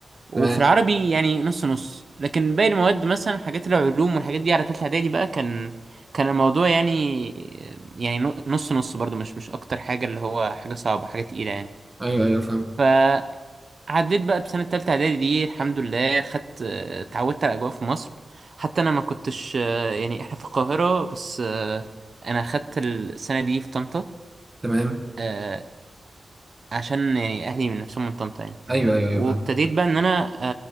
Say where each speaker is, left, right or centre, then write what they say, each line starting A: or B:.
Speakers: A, on the right (about 45°); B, on the right (about 20°).
A: وفي
B: تمام
A: العربي يعني نص نص لكن باقي المواد مثلا حاجات العلوم والحاجات دي على ثالثه اعدادي بقى كان كان الموضوع يعني يعني نص نص برضو مش مش اكتر حاجه اللي هو حاجه صعبه حاجه تقيله يعني
B: ايوه ايوه فاهم
A: فعديت بقى بسنة تالتة إعدادي دي الحمد لله خدت آه، اتعودت على الأجواء في مصر حتى أنا ما كنتش آه، يعني إحنا في القاهرة بس آه، أنا خدت السنة دي في طنطا
B: تمام
A: آه، عشان يعني أهلي من نفسهم من طنطا يعني
B: ايوه ايوه ايوه
A: وابتديت
B: فاهم
A: بقى إن أنا